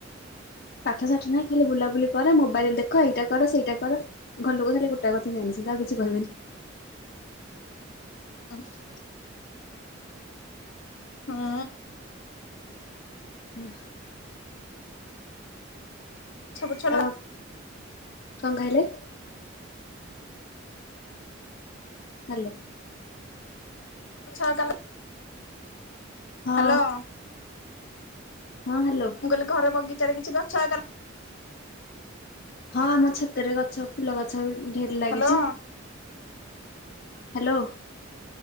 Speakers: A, on the left; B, on the left.
A: ପାଠ ସାଠ ନାହିଁ ଖାଲି ବୁଲାବୁଲି କର ମୋବାଇଲ ଦେଖ ଏଇଟା କର ସେଇଟା କର। ଘର ଲୋକ ଖାଲି ଗୋଟା କଥା ଜାଣିଛନ୍ତି ଆଉ କିଛି କହିବେନି।
B: <unintelligible> <inaudible> ହୁଁ
A: ହୁଁ। <inaudible>
B: ଛୋଟ ଛୋଟ
A: ଆଉ କଣ କହିଲେ? ହ୍ୟାଲୋ।
B: ଛଅ କମେ। <unintelligible>
A: ହଁ
B: ହ୍ୟାଲୋ।
A: ହଁ ହାଲୋ।
B: ମୁଁ କହିଲି ଘର ବିଗିଚାରେ କିଛି ଗଛ ଲଗା
A: ହଁ ଆମ ଛାତରେ ଗଛ ଫୁଲ ଗଛ ବି ଢେର ଲାଗିଚି।
B: ହ୍ୟାଲୋ
A: ହ୍ୟାଲୋ।